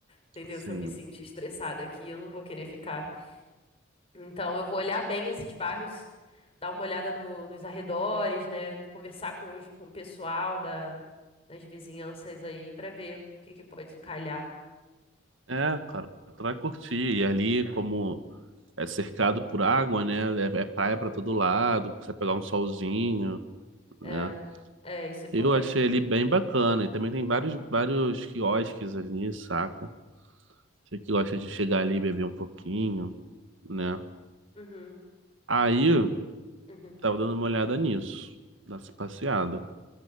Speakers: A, on the left; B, on the right.
A: entendeu?
B: Sim.
A: Se eu me sentir estressada aqui, eu não vou querer ficar. Então, eu vou olhar bem esses bairros, dar uma olhada no- nos arredores, né? Conversar com, os, com o pessoal da, das vizinhanças aí pra ver o que que pode calhar.
B: É, cara, tu vai curtir. E ali, como é cercado por água, né, é,
A: Uhum.
B: é praia pra todo lado, você vai pegar um solzinho,
A: É,
B: né?
A: é, isso é importante
B: Eu achei
A: também.
B: ele bem bacana. E também tem vários, vários quiosques ali, saca? Você que gosta de chegar ali e beber um pouquinho, né?
A: Uhum,
B: Aí,
A: uhum,
B: tava dando uma olhada nisso, nessa passeada.